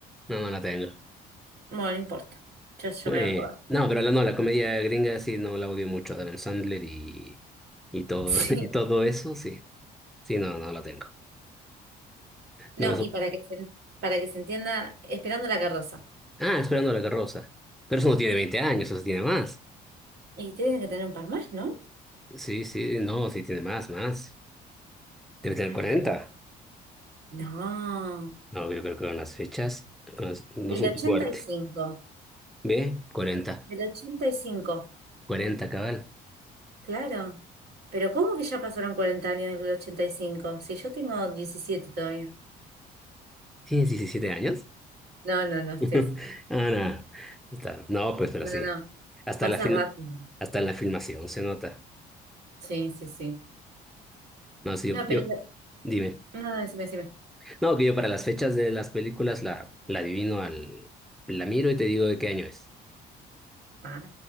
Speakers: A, in the centre; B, on the right (about 75°).
A: no, no la tengo.
B: Bueno, no importa. Yo, yo
A: Bueno,
B: me voy a acordar.
A: no, pero la, no, la comedia gringa sí no la odio mucho. Adam Sandler y, y todo,
B: <laughs> Sí.
A: <laughs> y todo eso, sí. Sí, no, no la tengo.
B: No,
A: No lo supo.
B: y para que se, para que se entienda, esperando la carroza.
A: Ah, Esperando la carroza. Pero eso no tiene 20 años, eso sí tiene más.
B: Y tienen que tener un par más, ¿no?
A: Sí, sí, no, sí tiene más, más. Debe tener
B: Ay,
A: cuarenta
B: tremendo. No.
A: No, yo creo que con las fechas, con las- no
B: Del
A: son
B: ochenta
A: tu fuerte.
B: y cinco.
A: ¿Ve? cuarenta,
B: Del 85.
A: 40, cabal.
B: Claro. Pero ¿cómo que ya pasaron 40 años del ochenta y cinco. Si yo tengo 17 todavía.
A: ¿Tienes diecisiete años?
B: No, no, no, estés.
A: <laughs> Ah, no. Está- No, pues, pero
B: No,
A: sí.
B: no. no.
A: Hasta
B: Pasa
A: la fil-
B: rápido.
A: hasta en la filmación se nota.
B: Sí, sí, sí.
A: No, sí, yo,
B: No,
A: yo-
B: pero...
A: dime.
B: No, no, decime, decime.
A: No, que yo para las fechas de las películas la, la adivino al, la miro y te digo de qué año es.
B: Ah,